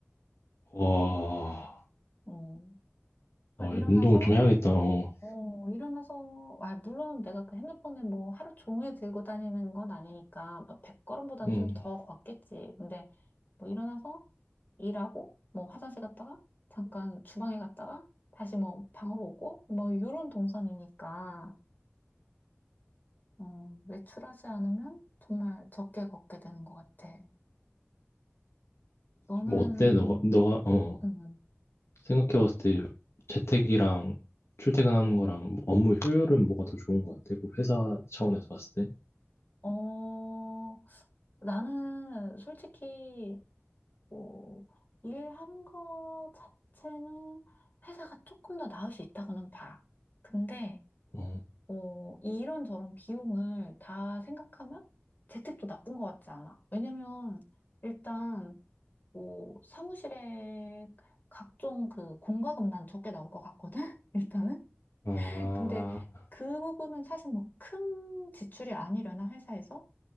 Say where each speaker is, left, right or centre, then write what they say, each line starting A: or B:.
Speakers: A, on the left; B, on the left.
A: 와,
B: 음. 그러니까
A: 와,
B: 일어나서,
A: 운동을 좀 해야겠다. 어.
B: 어, 일어나서, 아, 물론 내가 그 핸드폰에 뭐 하루 종일 들고 다니는 건 아니니까 뭐 100걸음보단
A: 음.
B: 좀 더 걷겠지. 근데 뭐 일어나서 일하고 뭐 화장실 갔다가 잠깐 주방에 갔다가 다시 뭐 방으로 오고 뭐 이런 동선이니까 어, 외출하지 않으면 정말 적게 걷게 되는 것 같아. 너는,
A: 좀 어때? 너가, 너가, 어,
B: 음,
A: 생각해봤을 때 재택이랑 출퇴근하는 거랑 뭐 업무 효율은 뭐가 더 좋은 것 같아? 그 회사 차원에서 봤을 때?
B: 어, 나는 솔직히, 뭐, 일하는 거 자체는 회사가 조금 더 나을 수 있다고는 봐. 근데,
A: 어,
B: 뭐 이런저런 비용을 다 생각하면 재택도 나쁜 것 같지 않아. 왜냐면, 일단, 뭐, 사무실에 각종 그 공과금 난 적게 나올 것 같거든? <laughs> 일단은.
A: 아,
B: 근데 그 부분은 사실 뭐 큰 지출이 아니려나 회사에서?